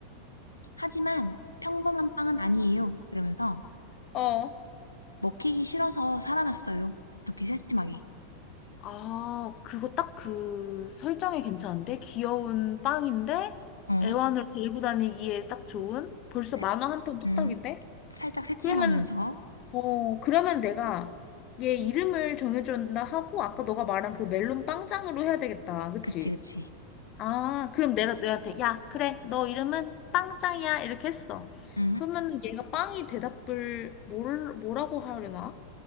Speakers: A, on the left; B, on the left.
A: "하지만 평범한 빵은 아니에요." 이러면서
B: 어,
A: "먹히기 싫어서 살아났어요." 이렇게 새침하게.
B: 아, 그거 딱 그 설정이 괜찮은데? 귀여운 빵인데
A: 어?
B: 애완으로 데리고 다니기에 딱 좋은? 벌써
A: 새침
B: 만화 한 편 뚝딱인데?
A: 음. 살짝 새침하면서.
B: 그러면, 어, 그러면 내가 얘 이름을 정해준다 하고, 아까 너가 말한 그 멜론 빵짱으로 해야 되겠다. 그치?
A: 그치, 그치.
B: 아, 그럼 내가 너한테 야, 그래. 너 이름은 빵짱이야. 이렇게 했어.
A: 응
B: 그러면 얘가 빵이 대답을 뭘, 뭐라고 하려나?